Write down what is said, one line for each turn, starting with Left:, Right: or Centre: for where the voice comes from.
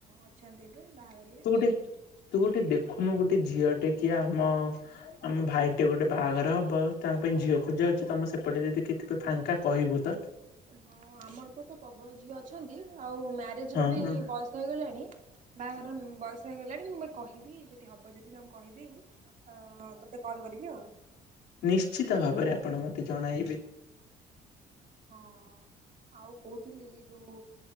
Right: ଅଛନ୍ତି ଏବେ ବାହାଘରିଆ।
Left: ତୁ ଗୋଟେ ଦେଖୁନୁ ଗୋଟେ ଝିଅ ଟେ କିଏ ଆମ ଆମ ଭାଇ ଟେ ଗୋଟେ ବାହାଘର ହବ ତାଙ୍କ ପାଇଁ ଝିଅଖୋଜାହୋଉଛି ତମ ସେପଟେ ଯଦି କିଏ ଥିବେ ଫାଙ୍କା କହିବୁ ତ।
Right: ହଁ ଆମ ଏପଟେ ତ ପ୍ରବଳ ଝିଅ ଅଛନ୍ତି ଆଉ ମ୍ୟାରେଜ
Left: ହଁ
Right: ର ବି
Left: ହଁ
Right: ବୟସ ହେଇଗଲାଣି। ବାହାଘର ବୟସ ହେଇଗଲାଣି, ମୁଁ କହିବି ଯଦି ହବ ଯଦି ତାଙ୍କୁ କହିବି ହଁ ତୋତେ କଲ୍ କରିବି ଆଉ।
Left: ନିଶ୍ଚିତ ଭାବରେ ଆପଣ ମତେ ଜଣାଇବେ।
Right: ହଁ ଆଉ କହୁଥିଲି, ଯୋଉ